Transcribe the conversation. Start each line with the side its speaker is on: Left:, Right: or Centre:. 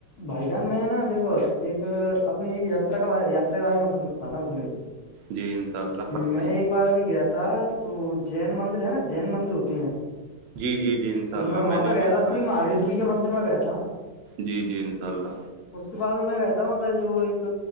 Left: بھائی جان میں نا دیکو ایک اپنی ایک یاترا کا یاا کے بارے میں بتا سنیے
Right: جی انشاء اللہ فرمائی
Left: میں ایک بار ابھی گیا تھا تو جین مندر ہے نا جین مندر ہوتے ہیں
Right: جی جی جی انشاء
Left: تو
Right: اللہ
Left: میں وہاں
Right: نے
Left: پہ
Right: بھی
Left: گیا
Right: سنا
Left: تھا سرریف
Right: ہے
Left: مہاوییر جی کے مندر میں گیا تھا
Right: جی جی انشاء اللہ
Left: اس کے بعد میں گتا ہ پہ جو ایک